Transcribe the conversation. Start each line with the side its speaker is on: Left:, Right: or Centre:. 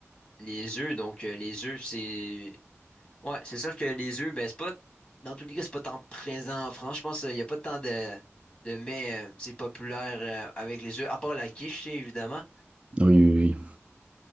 Left: les œufs, donc euh, les œufs, c'est. Ouais, c'est sûr que les œufs, ben, c'est pas, dans tous les cas, c'est pas tant présent en France. Je pense qu'il n'y a pas tant de, de mets euh, c'est populaire euh, avec les œufs, à part la quiche, tu sais, évidemment.
Right: Oui, oui, oui.